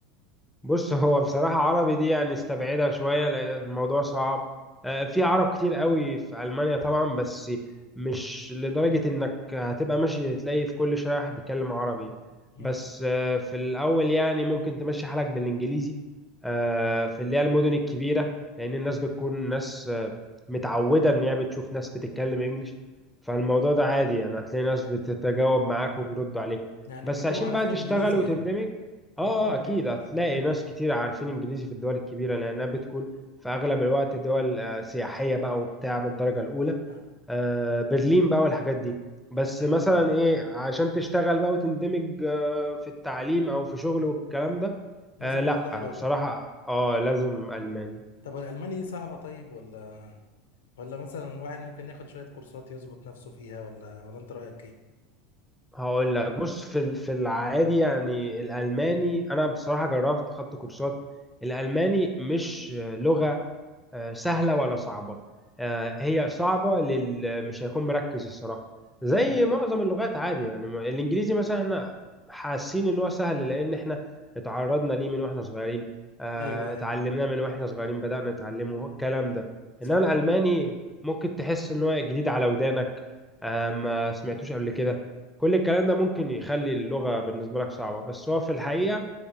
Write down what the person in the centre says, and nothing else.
بص هو بصراحة عربي دي يعني استبعدها شوية لأن الموضوع صعب آه، في عرب كتير قوي في ألمانيا طبعا بس مش لدرجة إنك هتبقى ماشي تلاقي في كل شارع واحد بيتكلم عربي
بس آه، في الأول يعني ممكن تمشي حالك بالإنجليزي آه، في اللي هي المدن الكبيرة لأن الناس بتكون ناس آه، متعودة إن هي بتشوف ناس بتتكلم إنجليش فالموضوع ده عادي يعني هتلاقي ناس بتتجاوب معاك وبيردوا عليك
بس
عشان
بقى تشتغل
وتندمج
اه
آه، اكيد
هتلاقي
ناس كتير عارفين انجليزي في الدول الكبيره لانها بتكون في اغلب الوقت دول آه، سياحيه بقى وبتاع من الدرجه الاولى
آه، برلين بقى والحاجات دي بس
مثلا
ايه عشان تشتغل بقى وتندمج آه، في التعليم او في شغل والكلام ده
آه، لا
بصراحه اه لازم الماني
هقول لك بص في ال- في العادي يعني الالماني انا بصراحه جربت خدت كورسات الالماني مش لغه آه، سهلة ولا صعبة آه، هي صعبة لل مش هيكون مركز الصراحة زي معظم اللغات عادي يعني ما- الإنجليزي مثلا احنا حاسين إن هو سهل لأن احنا اتعرضنا ليه من واحنا صغيرين آه،
اتعلمناه
من واحنا صغيرين بدأنا نتعلمه هو الكلام ده
إنما الألماني ممكن تحس إن هو جديد على ودانك آه، ما سمعتوش قبل كده كل الكلام ده ممكن يخلي اللغة بالنسبة لك صعبة بس هو في الحقيقة